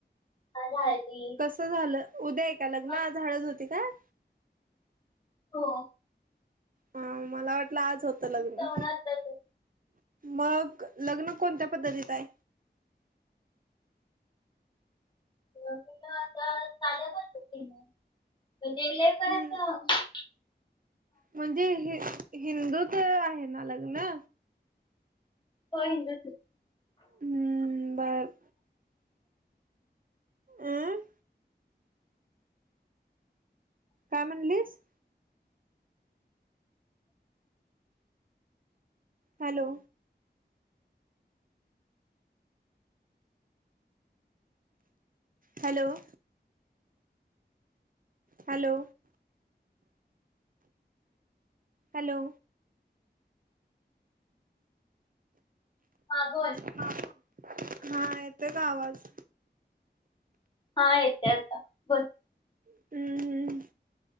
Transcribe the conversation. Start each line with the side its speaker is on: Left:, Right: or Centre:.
Left: आज हळदी.
Right: कस झालं उद्या आहे का लग्न
Left: मग
Right: आज हळद होती काय?
Left: हो.
Right: हा मला वाट आज होत लग्न
Left: जाऊन आता ते
Right: मग लग्न कोणत्या पद्धतीत आहे?
Left: लग्न तर साध्या पध्दतीने म्हणजे <unintelligible>
Right: हमम.
Left: <inaudible>
Right: म्हणजे ह हिंदू तर आहे ना लग्न?
Left: होय हिंदूचे.
Right: हम बर. अंम. काय म्हणलीस? हॅलो. हॅलो. Hello, hello.
Left: हा बोल?
Right: हा बोल, हा येतोय का आवाज?
Left: हा येत आता, बोल?
Right: हम्म हम्म,